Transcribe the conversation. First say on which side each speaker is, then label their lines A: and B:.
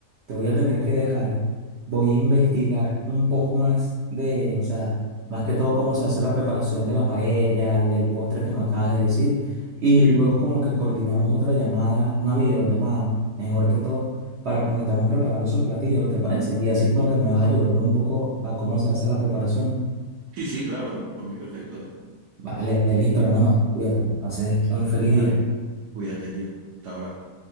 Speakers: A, on the right; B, on the right.
A: te voy a tener que dejar. Voy a investigar un poco más de, o sea, más que todo cómo se hace la preparación de la paella y del postre que me acabas de decir. Y
B: ¿Mm?
A: luego como que coordinamos otra llamada, una videollamada, mejor que todo, para cuando estemos preparando esos platillos, ¿te parece? Y así como que me vas ayudando un poco a cómo se hace la preparación.
B: Sí, sí, claro, por mí perfecto, ¿eh?
A: Vale, listo, hermano. Cuídate, que pases un feliz
B: Vale,
A: día.
B: cuídate, tío. Hasta ahora.